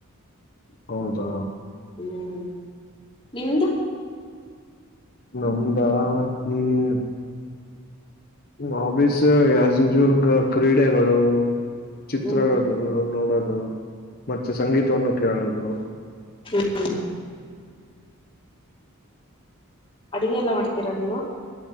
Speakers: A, on the left; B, on the left.
A: ಹೌದಾ
B: ಹ್ಮ್ ನಿಮ್ದು
A: ನಮ್ದಾ ಹ್ಮ್ ಹಾಬೀಸ್ ಆಸ್ ಯೂಶುವಲ್ ಕ್ರೀಡೆಗಳು ಚಿತ್ರಗಳ್
B: ಹ್ಮ್
A: ನೋಡೋದು ಹಾ ಮತ್ತೆ ಸಂಗೀತವನ್ನು ಕೇಳೋದು
B: ಹ್ಮ್ ಅಡಿಗೆ ಎಲ್ಲ ಮಾಡ್ತೀರಾ ನೀವು